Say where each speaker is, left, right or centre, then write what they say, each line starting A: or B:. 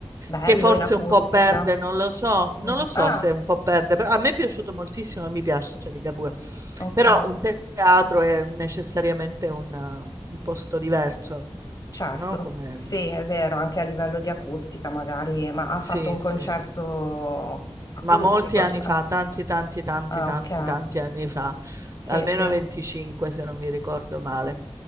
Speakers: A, on the left (about 40°); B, on the right (about 35°).
A: Bello
B: che forse
A: in acustica.
B: un po' perde, non lo so,
A: Mm,
B: non lo so
A: Ah,
B: se un po' perde, però a me è piaciuto moltissimo e mi piace Ligabue.
A: ok,
B: Però un teatro è necessariamente un, un posto diverso,
A: certo.
B: no? Come
A: Sì, è vero, anche a livello di acustica magari, ma ha
B: Sì,
A: fatto un concerto
B: sì,
A: acustico.
B: ma molti anni
A: cioè-
B: fa,
A: ah,
B: tanti, tanti, tanti,
A: ah,
B: tanti,
A: ok.
B: tanti anni fa,
A: Sì,
B: almeno
A: sì.
B: 25 se non mi ricordo male.